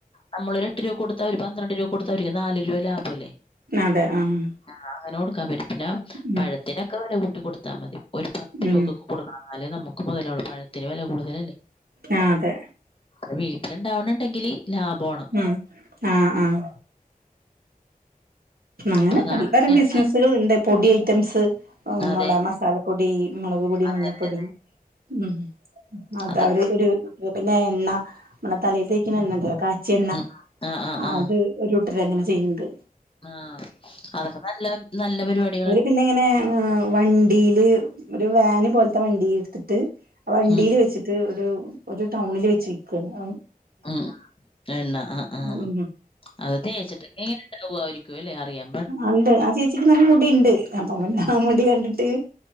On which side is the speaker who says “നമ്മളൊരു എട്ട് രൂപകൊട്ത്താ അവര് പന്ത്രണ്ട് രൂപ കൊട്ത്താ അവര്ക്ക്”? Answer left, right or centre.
Left